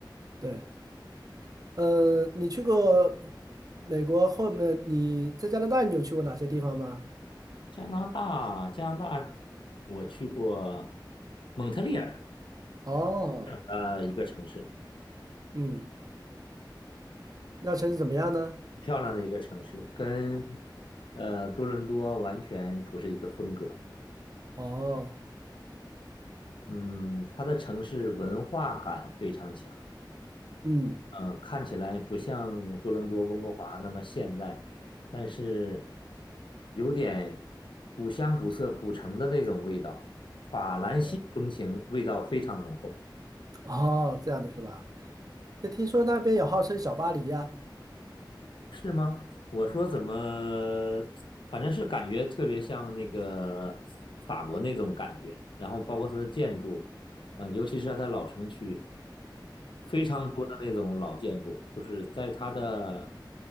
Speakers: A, on the right (about 50°); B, on the left (about 85°).
A: 对，呃，你去过美国后面，你在加拿大你有去过哪些地方吗？
B: 加拿大，加拿大，我去过蒙特利尔
A: 哦，
B: 呃一个城市，
A: 嗯，那城市怎么样呢？
B: 很漂亮的一个城市，跟呃多伦多完全不是一个风格。
A: 哦，
B: 嗯，它的城市文化感非常强，
A: 嗯，
B: 嗯，看起来不像多伦多、温哥华那么现代，但是有点古香古色、古城的那种味道，法兰西风情味道非常浓厚，
A: 对，哦，这样的是吧？那听说那边也号称小巴黎呀？
B: 是吗？我说怎么，反正是感觉特别像那个法国那种感觉，然后包括它的建筑，呃，尤其是它老城区。非常多的那种老建筑，就是在它的